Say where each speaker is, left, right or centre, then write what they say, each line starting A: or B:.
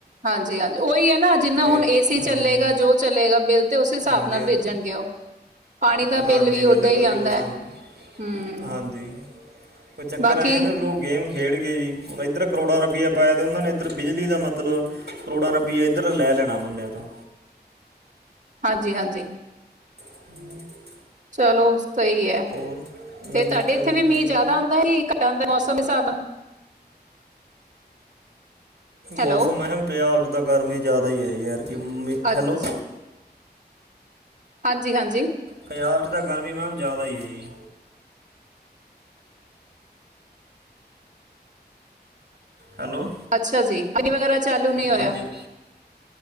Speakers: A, on the right; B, on the right.
A: ਹਾਂਜੀ-ਹਾਂਜੀ ਉਹੀ ਏ ਨਾ ਜਿੰਨਾ
B: ਤੇ
A: ਹੁਣ ਏ ਸੀ
B: ਹਾਂਜੀ
A: ਚੱਲੇਗਾ
B: ਹਾਂ।
A: ਜੋ ਚੱਲੇਗਾ ਬਿੱਲ ਤੇ ਉਸ ਹਿਸਾਬ
B: ਹਾਂਜੀ
A: ਨਾਲ
B: ਹਾਂਜੀ
A: ਭੇਜਣਗੇ ਉਹ ਪਾਣੀ ਦਾ ਬਿੱਲ
B: ਹਾਂਜੀ
A: ਵੀ
B: ਬਿਲਕੁਲ
A: ਓਦਾਂ ਹੀ ਆਉਂਦਾ
B: ਜੀ ਉਹ ਸਨ
A: ਹੈ। ਹਮ
B: ਹਾਂਜੀ ਕੋਈ ਚੱਕਰ
A: ਬਾਕੀ
B: ਆਏਂ ਨਾ ਫਿਰ ਉਹ ਗੇਮ ਖੇਡ ਗਏ ਜੀ ਹੁਣ ਇੱਧਰ ਕਰੋੜਾਂ ਰੁਪਇਆ ਪਾਇਆ। ਤੇ ਉਹਨਾਂ ਨੇ ਇੱਧਰ ਬਿਜਲੀ ਦਾ ਮਤਲਬ ਕਰੋੜਾਂ ਰੁਪਈਆ ਇੱਧਰ ਲੈ ਦੇਣਾ ਬੰਦਿਆਂ ਤੋਂ।
A: ਹਾਂਜੀ-ਹਾਂਜੀ।
B: <unintelligible>
A: ਚਲੋ ਸਹੀ
B: ਹੋਰ ਨਮੀਤਾ
A: ਤੇ ਤੁਹਾਡੇ ਇੱਥੇ
B: ਜੀ
A: ਵੀ
B: ਕੋਈ
A: ਮੀਂਹ ਜਿਆਦਾ ਆਂਦਾ ਸੀ। ਕਟਾਂਦਾ ਮੌਸਮ ਹਿਸਾਬ ਨਾਲ ਹੈਲੋ
B: ਮੌਸਮ ਹੈ ਪੰਜਾਬ ਚ ਤਾਂ ਗਰਮੀ ਜ਼ਿਆਦਾ ਹੈ ਆਈ ਹੈ ਜਦਕਿ ਮੰਮੀ
A: ਅੱਛ
B: ਹੈਲੋ
A: ਹਾਂਜੀ-ਹਾਂਜੀ।
B: ਪੰਜਾਬ ਚ ਤਾਂ ਗਰਮੀ ਮੈਮ ਜ਼ਿਆਦਾ ਈ ਏ ਜੀ। ਹੈਲੋ-
A: ਅੱਛਾ ਜੀ ਮੀਂਹ ਵਗੈਰਾ ਚਾਲੂ ਨਹੀਂ ਹੋਇਆ।
B: ਹਾਂਜੀ